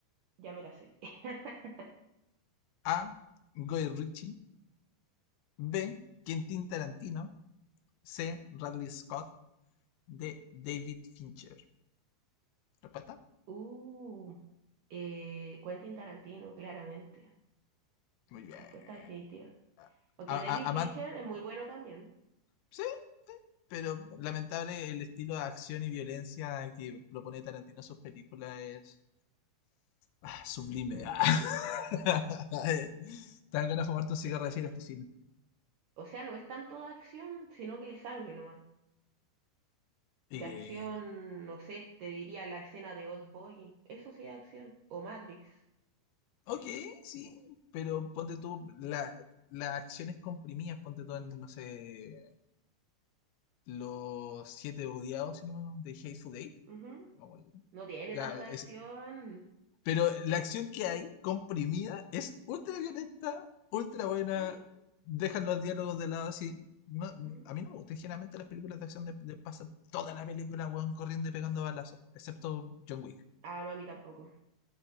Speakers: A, on the right; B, on the left.
A: Ya me la sé. <laughs>
B: A. Guy Ritchie. B. Quentin Tarantino. C. Ridley Scott. D. David Fincher. ¿Respuesta?
A: Uh, eh, Quentin Tarantino, claramente.
B: Muy bien.
A: Respuesta definitiva. O David
B: A- a-
A: Fincher
B: aman-
A: es muy bueno también.
B: sí, sí, pero lamentable el estilo de acción y violencia que propone Tarantino en sus películas es ah, sublime.
A: Mm,
B: ah. <laughs> Te dan ganas de fumarte un cigarro
A: es verdad.
B: de decir esto cine.
A: O sea, no es tanto de acción, sino que es sangre nomás.
B: Eh,
A: De acción, no sé, te diría la escena de Old Boy. Eso sí es acción. O Matrix.
B: Ok, sí, pero ponte tú la- las acciones comprimidas, ponte tú en, no sé, los siete odiados, si no, de Hateful Eight,
A: Ujú.
B: no me acuerdo.
A: No tiene
B: La-
A: tanta acción.
B: es- pero la acción que hay comprimida es ultra violenta, ultra buena,
A: Sí.
B: dejan los diálogos de lado así. No,
A: mm.
B: a mí no me gustan generalmente las películas de acción de, de pasar toda la película, weón, corriendo y pegando balazos, excepto John Wick.
A: Ah, no, a mí tampoco.